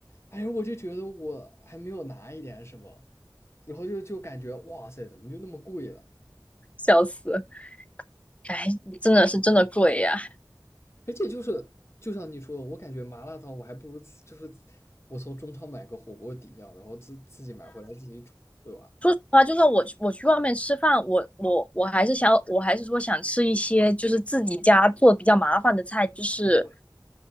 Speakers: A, on the left; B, on the left.
A: 哎呦，我就觉得我还没有拿一点什么，然后就就感觉哇塞，怎么就那么贵了？
B: 笑死，哎，真的是真的贵呀、
A: 而且就是就像你说的，我感觉麻辣烫我还不如自就是我从中超买个火锅底料，然后自自己买回来自己煮，对吧？
B: 说实话，就算我我去外面吃饭，我我我还是想，我还是说想吃一些就是自己家做比较麻烦的菜，就是
A: 我